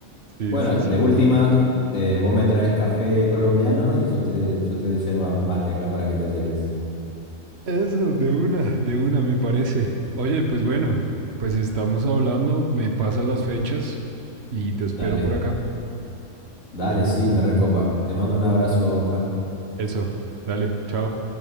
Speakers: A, on the right (about 55°); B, on the left (about 85°).
A: Sí,
B: Bueno,
A: sí,
B: de
A: sí.
B: última, eh, vos me traes café colombiano y yo te, yo te doy yerba mate acá para que te lleves.
A: Eso, de una, de una me parece. Oye, pues bueno, pues estamos hablando, me pasan las fechas y te espero
B: Dale,
A: por acá.
B: dale, sí, me recopa. Te mando un abrazo, Juan.
A: Eso, dale, chao.